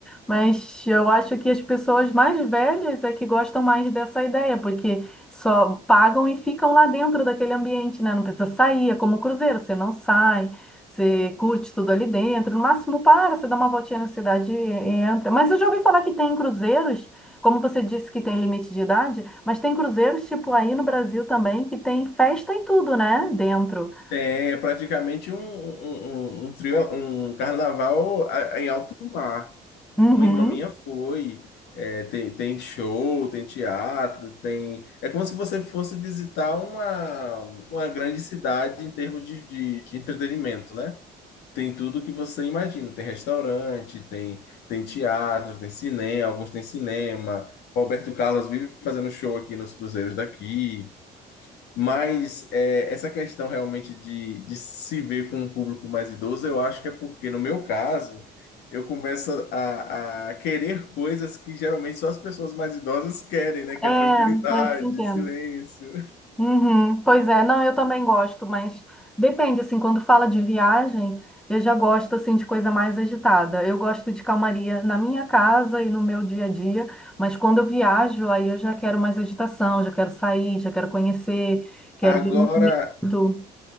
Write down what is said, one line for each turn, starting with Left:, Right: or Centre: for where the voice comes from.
Centre: Mas eu acho que as pessoas mais velhas é que gostam mais dessa ideia, porque só pagam e ficam lá dentro daquele ambiente, né? Não precisa sair, é como o cruzeiro, você não sai, você curte tudo ali dentro, no máximo para, você dá uma voltinha na cidade e entra. Mas eu já ouvi falar que tem cruzeiros como você disse que tem limite de idade, mas tem cruzeiros tipo aí no Brasil também que tem festa e tudo, né? Dentro.
Left: Tem, é praticamente um, um, um, um trio, um carnaval a- em alto mar.
Centre: Uhum.
Left: Uma irmã minha foi. é, tem, tem show, tem teatro, tem. É como se você fosse visitar uma, uma grande cidade em termos de, de, de entretenimento, né? Tem tudo que você imagina. Tem restaurante, tem, tem teatro, tem cinema, alguns têm cinema. Roberto Carlos vive fazendo show aqui nos cruzeiros daqui. Mas é, essa questão realmente de, de se ver com um público mais idoso, eu acho que é porque, no meu caso, eu começo a, a querer coisas que geralmente só as pessoas mais idosas querem, né? Que
Centre: É,
Left: é tranquilidade,
Centre: eu te entendo.
Left: silêncio.
Centre: Uhum. Pois é, não, eu também gosto, mas depende, assim, quando fala de viagem, eu já gosto, assim, de coisa mais agitada. Eu gosto de calmaria na minha casa e no meu dia a dia, mas quando eu viajo, aí eu já quero mais agitação, já quero sair, já quero conhecer, quero
Left: Agora,
Centre: ver movimento.